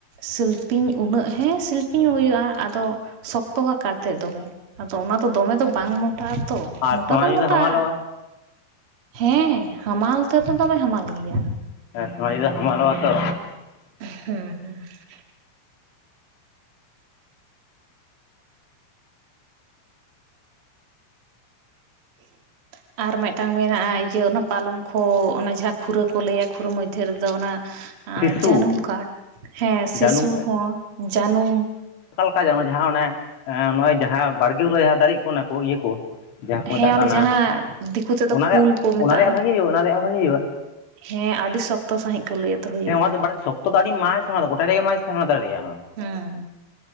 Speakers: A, on the right (about 40°); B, on the left (about 75°).
A: ᱥᱤᱞᱯᱤᱧ ᱩᱱᱟᱹᱜ ᱦᱮᱸ ᱥᱤᱞᱯᱤᱧ ᱦᱚᱸ ᱦᱩᱭᱩᱜᱼᱟ ᱟᱫᱚ ᱥᱚᱠᱛᱚ ᱠᱟᱨᱛᱮ ᱫᱚᱢᱮ᱾ ᱟᱫᱚ ᱚᱱᱟ ᱫᱚ ᱫᱚᱢᱮ ᱫᱚ ᱵᱟᱝ ᱢᱚᱴᱟᱜ ᱟᱛᱚ
B: ᱟᱨ
A: ᱢᱳᱚᱴᱟ
B: ᱥᱚᱱᱟᱡᱷᱩᱨᱤ
A: ᱫᱚ ᱢᱚᱴᱟᱜᱼᱟ᱾
B: ᱦᱟᱢᱟᱞᱚᱜᱼᱟ
A: ᱦᱮᱸ ᱦᱟᱢᱟᱞ ᱛᱮᱫᱚ ᱫᱚᱢᱮ ᱦᱟᱢᱟᱞ ᱜᱮᱭᱟ᱾
B: ᱦᱮᱸ ᱥᱚᱱᱟ ᱡᱩᱨᱤ ᱫᱚ ᱦᱟᱢᱟᱞᱚᱜ ᱟᱛᱚ᱾
A: ᱦᱩᱸ - <inaudible> ᱟᱨ ᱢᱤᱫᱴᱟᱝ ᱢᱮᱱᱟᱜᱼᱟ᱾ ᱤᱭᱟᱹ ᱚᱱᱟ ᱯᱟᱞᱚᱝᱠᱷᱚ ᱚᱱᱟ ᱡᱟᱦᱟᱸ ᱠᱷᱩᱨᱟ ᱠᱚ ᱞᱟᱹᱭᱟ ᱠᱷᱩᱨᱟ ᱢᱚᱫᱽᱫᱷᱮ ᱨᱮᱫᱚ ᱚᱱᱟ᱾ ᱟᱨ
B: ᱥᱤᱥᱩ
A: ᱡᱟᱹᱱᱩᱢ ᱠᱟᱨᱰ, ᱦᱮᱸ ᱥᱤᱥᱩ
B: ᱡᱟᱹᱱᱩᱢ
A: ᱦᱚᱸ ᱡᱟᱹᱱᱩᱢ
B: ᱡᱮᱱᱚ ᱡᱟᱦᱟᱸ ᱚᱱᱮ ᱱᱚᱜᱼᱚᱭ ᱡᱟᱦᱟᱸ ᱵᱟᱲᱜᱮ ᱡᱟᱦᱟᱸ ᱫᱟᱨᱮᱜ ᱠᱚ ᱚᱱᱟ ᱠᱚ ᱤᱭᱟᱹ ᱠᱚ᱾ ᱡᱟᱦᱟᱸ ᱠᱚ
A: ᱦᱮᱸ
B: ᱢᱮᱛᱟᱜ
A: ᱚᱱᱮ
B: ᱠᱟᱱᱟ,
A: ᱡᱟᱦᱟᱸ ᱫᱤᱠᱩ ᱛᱮᱫᱚ
B: ᱚᱱᱟ
A: ᱠᱩᱞ
B: ᱨᱮᱭᱟᱜ
A: ᱠᱚ
B: ᱚᱱᱟ
A: ᱢᱮᱛᱟᱜᱼᱟ
B: ᱨᱮᱭᱟᱜ ᱵᱷᱟᱜᱤ ᱦᱩᱭᱩᱜᱼᱟ ᱾ ᱚᱱᱟ ᱨᱮᱭᱟᱜ ᱵᱷᱟᱜᱮ ᱦᱩᱭᱩᱜᱼᱟ᱾
A: ᱦᱮᱸ ᱟᱹᱰᱤ ᱥᱚᱠᱛᱚ ᱥᱟᱹᱦᱤᱡ ᱠᱚ ᱞᱟᱹᱭᱟ᱾ ᱛᱚ ᱦᱩᱭᱩᱜᱼᱟ
B: ᱦᱮᱸ ᱚᱱᱟ ᱫᱚ ᱵᱟᱨ ᱥᱚᱠᱛᱚ ᱫᱚ ᱟᱹᱰᱤ ᱢᱟᱡ ᱚᱱᱟ ᱫᱚ ᱜᱚᱴᱟ ᱨᱮᱜᱮ ᱢᱟᱡ ᱛᱟᱦᱮ ᱚᱱᱟ ᱫᱚ ᱫᱟᱲᱮᱭᱟᱜᱼᱟ᱾ ᱦᱚ ᱸ
A: ᱦᱮᱸ